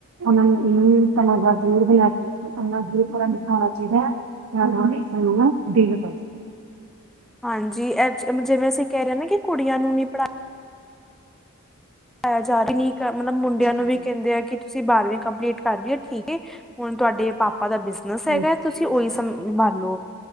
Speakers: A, on the right; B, in the centre.
A: ਉਹ ਨੇ ਤ ਜ਼ਰੂਰ ਬਲਾ ਕੇ ਇੰਨਾ ਜ਼ਰੂਰਰਾ ਦਿੱਤਾ ਹੋਣਾ ਚਾਹੀਦਾ ਹੈ ਨਾਲ ਨੂੰ ਡਲ ਕਰ
B: ਹਾਂਜੀ ਅ ਜਿਵੇਂ ਅਸੀਂ ਕਹਿ ਰਹੇ ਹ ਨਾ ਕਿ ਕੁੜੀਆਂ ਨੂੰ ਨਹੀਂੀ ਪੜ੍ਹਆ ਪਾਇਆ ਜਾ ਰਹੀ ਮਤਲਬ ਮੁੰਡਿਆਂ
A: ਹਾਂਜੀ
B: ਨੂੰ ਵੀ ਕਹਿੰਦੇ ਆ ਕਿ ਤੁਸੀਂ ਬਾਰਵੀਂ ਕੰਪਲੀਟ ਕਰੀਏ ਠੀਕ ਐ ਹੁਣ ਤੁਹਾਡੇ ਪਾਪਾ ਆਪਾਂ ਦਾ ਬਿਜਨਸ ਹੈਗਾ
A: ਹਾਂਜੀ
B: ਤੁਸੀਂ ਉਹੀ ਸੰਭਨ ਲਓ